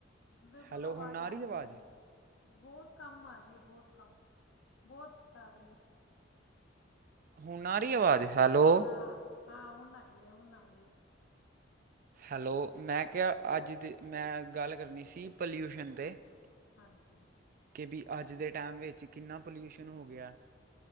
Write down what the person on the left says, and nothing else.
ਬਿਲਕੁਲ
ਆਵਾਜ਼
ਆ ਈ
ਨਹੀ ਰਹੀ, ਬਹੁਤ ਕਮ ਆ ਰਹੀ ਹੈ, ਬਹੁਤ ਕੰਮ ਬਹੁਤ ਘੱਟ ਆ ਰਹੀ ਹੈ।
ਹਾਂ- ਹਾਂ ਹੁਣ ਆਈ ਏ, ਹੁਣ ਆਈ
ਹਾਂਜੀ-